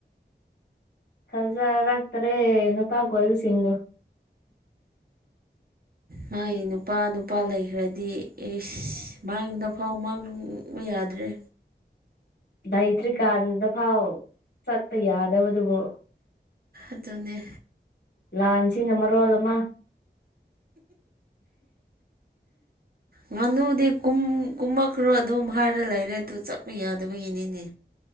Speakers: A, on the left (about 65°); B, on the right (about 55°).
A: ꯊꯖꯥꯔꯛꯇꯔꯦ ꯅꯨꯄꯥ ꯀꯣꯏꯕ ꯁꯤꯡꯕꯨ <inaudible>
B: ꯃꯥꯒꯤ ꯅꯨꯄꯥ ꯅꯨꯄꯥ ꯂꯩꯈ꯭ꯔꯗꯤ ꯑꯦꯁ ꯃꯥꯡꯗ ꯐꯥꯎ ꯃꯥꯡꯕ ꯌꯥꯗ꯭ꯔꯦ
A: ꯂꯩꯇ꯭ꯔꯤꯀꯥꯟꯗ ꯐꯥꯎ ꯆꯠꯄ ꯌꯥꯗꯕꯗꯨꯕꯨ
B: ꯑꯗꯨꯅꯦ
A: ꯂꯥꯟꯁꯤꯅ ꯃꯔꯣꯜ ꯑꯃ
B: ꯉꯥꯅꯨꯗꯤ ꯀꯨꯝ ꯀꯨꯝꯃꯛꯈ꯭ꯔꯣ ꯑꯗꯨꯝ ꯍꯥꯏꯔ ꯂꯩꯔꯦ ꯑꯗꯨ ꯆꯠꯄ ꯌꯥꯗꯕꯒꯤꯅꯤꯅꯦ